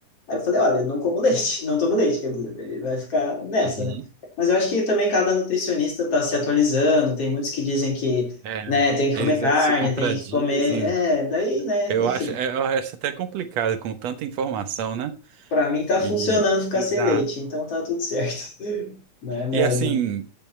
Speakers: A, on the left; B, on the right.
A: Aí eu falei, olha, não como <laughs> leite, não tomo leite, quer dizer, vai ficar nessa,
B: Uhum.
A: né? Mas eu acho que também cada nutricionista está se atualizando, tem muitos que dizem que,
B: É,
A: né, tem que
B: eles
A: comer carne,
B: se contradizem.
A: tem que comer... É, daí, né,
B: Eu
A: enfim.
B: acho, é, eu acho até complicado com tanta informação, né?
A: Para mim tá
B: E,
A: funcionando ficar
B: exato.
A: sem leite, então tá tudo certo. <laughs> Né? Minha-
B: E assim,